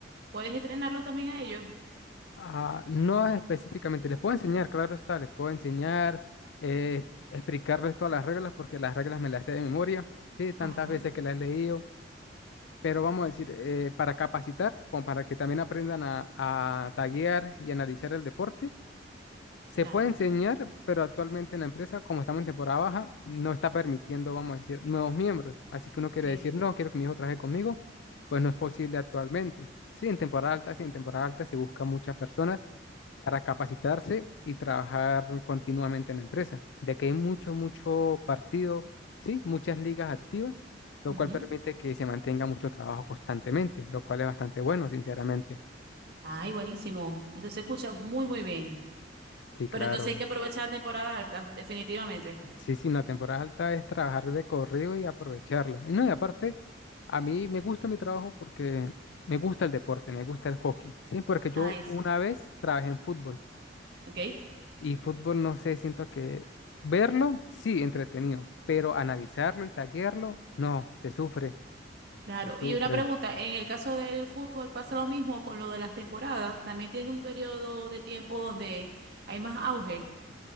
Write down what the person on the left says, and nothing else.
Ah, no específicamente, les puedo enseñar, claro está, les puedo enseñar, eh, explicarles todas las reglas, porque las reglas me las sé de memoria, sí, tantas
veces que las he leído, pero vamos a decir, eh, para capacitar, como para que también aprendan a, a taguear y analizar el deporte, se
puede enseñar, pero actualmente en la empresa, como estamos en temporada baja, no está permitiendo, vamos a decir, nuevos miembros, así que uno
quiere decir, no, quiero que mi hijo trabaje conmigo, pues no es posible actualmente. Sí, en temporada
alta, sí, en temporada alta se busca muchas personas para capacitarse y trabajar continuamente en la empresa, ya que hay mucho, mucho partido, sí, muchas ligas activas, lo
cual permite que se mantenga mucho trabajo constantemente, lo cual es bastante bueno, sinceramente.
Sí, claro.
Sí, sí, la temporada alta es trabajar de corrido y aprovecharla. Y no, y aparte, a mí me gusta mi trabajo porque me gusta el deporte, me gusta el hockey, sí, porque yo
una
vez trabajé en fútbol.
Y fútbol, no sé, siento que verlo, sí, entretenido, pero analizarlo y taguearlo, no, se sufre,
se sufre.